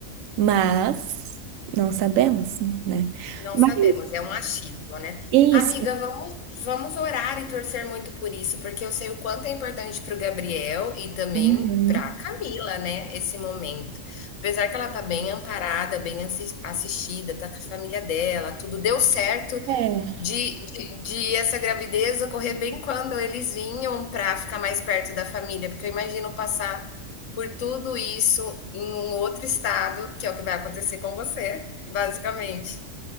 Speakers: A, on the right; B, on the left.
A: Mas não sabemos, né?
B: Não
A: Mas
B: sabemos, é um achismo, né.
A: é isso.
B: Amiga, vamos vamos orar e torcer muito por isso, porque eu sei o quanto é importante para o Gabriel e também
A: Uhum.
B: para a Camila, né, esse momento. Apesar que ela tá bem amparada, bem assis assistida, tá com a família dela, tudo deu certo
A: É.
B: de de de essa gravidez ocorrer bem quando eles vinham para ficar mais perto da família, porque eu imagino passar por tudo isso em um outro estado, que é o que vai acontecer com você, basicamente.